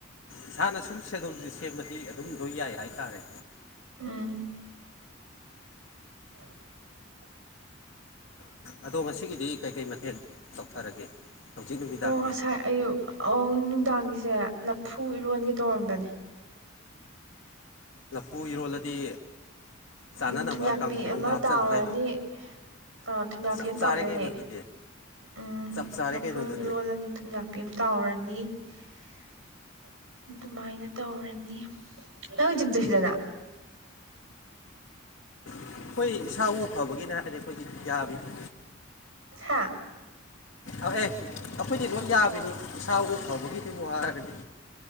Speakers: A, on the left; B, on the right.
A: ꯏꯁꯥꯅ ꯁꯨꯝ ꯁꯦꯗꯨꯜꯁꯦ ꯁꯦꯝꯕꯗꯤ ꯑꯗꯨꯝꯗꯣꯏ ꯌꯥꯏ ꯍꯥꯏꯇꯥꯔꯦ
B: ꯎꯝ ꯎꯝ <unintelligible>
A: ꯑꯗꯣ ꯉꯁꯤꯒꯤꯗꯤ ꯀꯩꯀꯩ ꯃꯊꯦꯜ ꯇꯧꯊꯔꯒꯦ ꯍꯧꯖꯤꯛ ꯅꯨꯃꯤꯗꯥꯡꯒꯤ
B: ꯑꯣ ꯉꯁꯥꯏ ꯑꯌꯨꯛ ꯅꯨꯡꯗꯥꯡꯒꯤꯁꯦ ꯂꯥꯐꯨ ꯏꯔꯣꯟꯒꯦ ꯇꯧꯔꯝꯕꯅꯦ
A: ꯂꯥꯐꯨ ꯏꯔꯣꯜꯂꯗꯤ ꯆꯥꯅꯅꯕ
B: ꯎꯝ ꯊꯨꯝꯌꯥꯛꯄꯤ
A: ꯀꯥꯡꯒꯧ
B: ꯑꯃ
A: ꯑꯃꯒ ꯍꯥꯞꯆꯜꯂꯨ
B: ꯇꯥꯎꯔꯅꯤ
A: ꯀꯩꯅꯣ
B: ꯑꯥ ꯊꯨꯝꯌꯥꯛꯄꯤ
A: ꯆꯞ
B: ꯑꯃ ꯇꯥꯎꯗꯣꯏꯅꯦ
A: ꯆꯥꯔꯦ ꯀꯩꯅꯣꯗꯨꯗꯤ
B: ꯎꯝ
A: ꯆꯞ ꯆꯥꯔꯦ
B: ꯂꯥꯐꯨ
A: ꯀꯩꯅꯣꯗꯨꯗꯤ
B: ꯏꯔꯣꯜꯂꯅꯤ ꯊꯨꯝꯌꯥꯛꯄꯤ ꯑꯃ ꯇꯥꯎꯔꯅꯤ <inaudible> <unintelligible> ꯑꯗꯨꯃꯥꯏꯅ ꯇꯧꯔꯅꯤ ꯅꯪ ꯖꯤꯝ ꯆꯠꯁꯤꯗꯅ
A: ꯑꯩꯈꯣꯏ ꯏꯁꯥꯕꯨ ꯐꯕꯒꯤꯅꯦ ꯍꯥꯏꯔꯗꯤ ꯑꯩꯈꯣꯏꯗꯤ ꯌꯥꯕꯤꯅꯦ
B: ꯍꯥ
A: ꯑ ꯑꯦ ꯑꯩꯈꯣꯏꯗꯤ ꯂꯣꯏ ꯌꯥ ꯅꯤ ꯏꯁꯥꯥꯕꯨ ꯐꯥꯕꯒꯤꯅꯦꯕꯨ ꯍꯥꯏꯔꯗꯤ